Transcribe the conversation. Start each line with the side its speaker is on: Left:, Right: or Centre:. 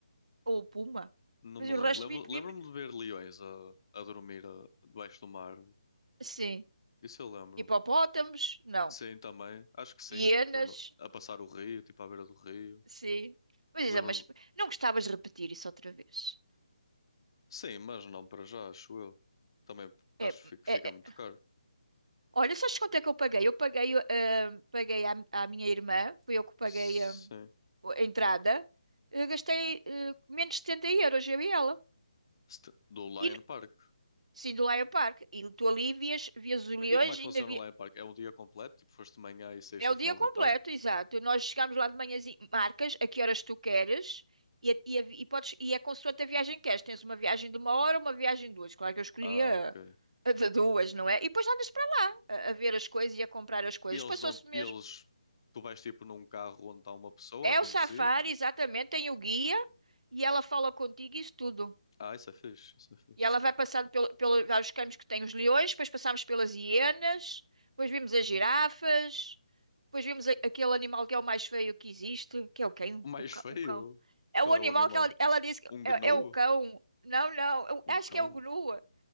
Right: Ou puma.
Left: Não
Right: Mas
Left: me
Right: o
Left: lembro.
Right: resto
Left: Lembro-
Right: vi- vimos.
Left: Lembro-me de ver leões a, a dormir a- debaixo de uma árvore.
Right: Sim.
Left: Isso eu lembro-me.
Right: Hipopótamos? Não.
Left: Sim, também. Acho que sim.
Right: Hienas?
Left: Tipo, no- a passar o rio, tipo, à beira do rio.
Right: Sim. Mas,
Left: Lembro-me.
Right: isso é uma exp- não gostavas de repetir isso outra vez.
Left: Sim, mas não para já, acho eu. Também
Right: É,
Left: acho que fica
Right: é,
Left: fica
Right: é.
Left: muito caro.
Right: Olha, sabes quanto é que eu paguei? Eu paguei, eh, paguei à, à minha irmã, fui eu que paguei,
Left: Sim.
Right: eh, a entrada. Eu gastei, eh, menos de 70 euros, eu e ela.
Left: Ste- Do Lion
Right: E, n-
Left: Park.
Right: sim, do Lion Park. E tu ali vias, vias os leões,
Left: E como é que
Right: ainda
Left: funciona
Right: vi,
Left: o Lion Park? É um dia completo? Tipo, foste de manhã e saíste
Right: É o
Left: ao final
Right: dia completo,
Left: da tarde?
Right: exato. Nós chegamos lá de manhãzinha, marcas a que horas tu queres e, a- e, a vi- e podes, e é consoante a viagem que queres. Tens uma viagem de uma hora, uma viagem de duas. Claro que eu escolhia
Left: Ah, ok.
Right: a de duas, não é? E depois andas para lá a, a ver as coisas e a comprar as coisas.
Left: E eles
Right: Passou-se
Left: dão,
Right: mesmo.
Left: eles, tu vais tipo num carro onde está uma pessoa
Right: É
Left: a conduzir?
Right: o safari, exatamente. Tem o guia e ela fala contigo isso tudo.
Left: Ah, isso é fixe, isso é fixe.
Right: E ela vai passando pelo, pelo, vários caminhos que tem os leões, depois passamos pelas hienas, depois vimos as girafas, depois vimos a- aquele animal que é o mais feio que existe, que é o quem?
Left: O mais
Right: O, ca-
Left: feio?
Right: o cão. É
Left: Qual
Right: o animal
Left: é o animal?
Right: que ela, ela disse que
Left: Um
Right: é,
Left: gnu?
Right: é o cão. Não, não, eu
Left: Um
Right: acho
Left: cão?
Right: que é o gnu.